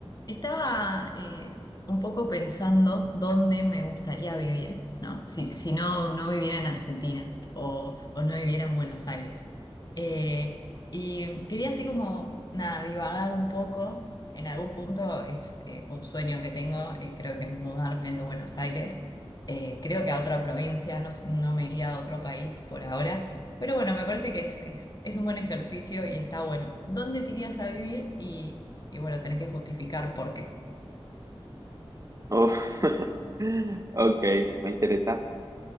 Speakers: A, on the left; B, on the right.
A: estaba eh, un poco pensando dónde me gustaría vivir, ¿no? Si, si no, no viviera en Argentina o, o no viviera en Buenos Aires. Eh, y quería así como, nada, divagar un poco. En algún punto es eh, un sueño que tengo, eh, creo que es mudarme de Buenos Aires. Eh, creo que a otra provincia, no, s- no me iría a otro país por ahora. Pero bueno, me parece que es, es, es un buen ejercicio y está bueno. ¿Dónde te irías a vivir y... Y bueno, tenés que justificar por qué.
B: Oh, <laughs> Ok, me interesa.